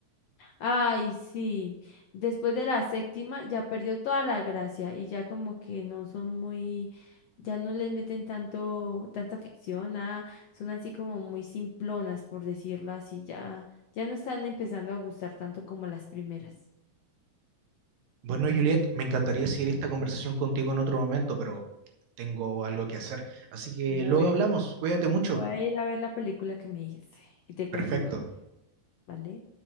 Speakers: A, on the left; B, on the right.
A: Ay, sí. Después de la séptima ya perdió toda la gracia y ya como que no son muy, ya no les meten tanto, tanta ficción, nada, son así como muy simplonas, por decirlo así, ya, ya no están empezando a gustar tanto como las primeras.
B: Bueno, Juliet, me encantaría seguir esta conversación contigo en otro momento, pero tengo algo que hacer. Así que
A: Bueno,
B: luego hablamos. Cuídate mucho.
A: voy a ir a ver la película que me dijiste y te cuento
B: Perfecto.
A: luego, ¿vale?